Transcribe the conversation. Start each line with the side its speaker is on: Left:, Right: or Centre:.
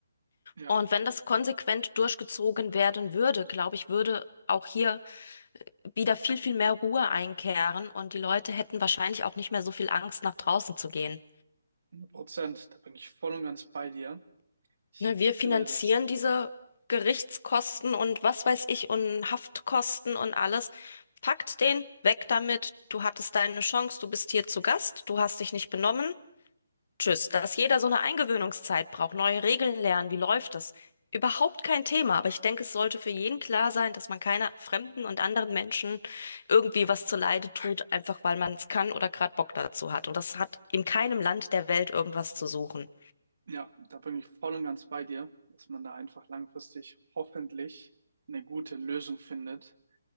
Right: Ja,
Left: Und wenn das konsequent durchgezogen werden würde, glaube ich, würde auch hier wieder viel, viel mehr Ruhe einkehren und die Leute hätten wahrscheinlich auch nicht mehr so viel Angst, nach draußen zu gehen.
Right: 100 Prozent. Da bin ich voll und ganz bei dir. Ich
Left: Ne, wir finanzieren
Right: finde das,
Left: diese Gerichtskosten und was weiß ich und Haftkosten und alles. Packt den, weg damit. Du hattest deine Chance, du bist hier zu Gast, du hast dich nicht benommen. Tschüss, dass jeder so eine Eingewöhnungszeit braucht, neue Regeln lernen, wie läuft das? Überhaupt kein Thema, aber ich denke, es sollte für jeden klar sein, dass man keiner fremden und anderen Menschen irgendwie was zuleide tut, einfach weil man es kann oder gerade Bock dazu hat. Und das hat in keinem Land der Welt irgendwas zu suchen.
Right: ja, da bin ich voll und ganz bei dir, dass man da einfach langfristig hoffentlich eine gute Lösung findet.